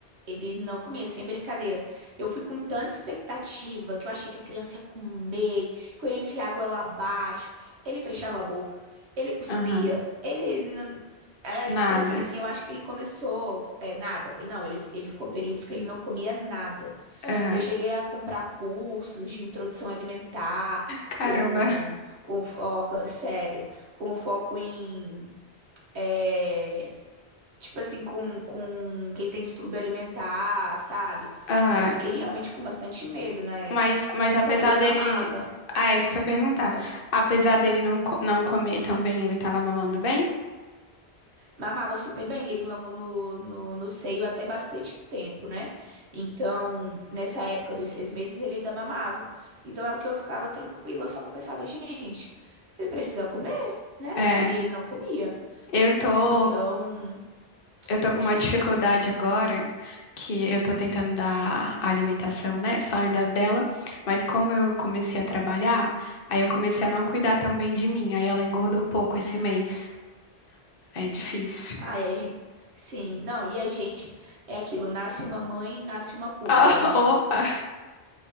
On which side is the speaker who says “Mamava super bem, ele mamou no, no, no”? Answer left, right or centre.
Right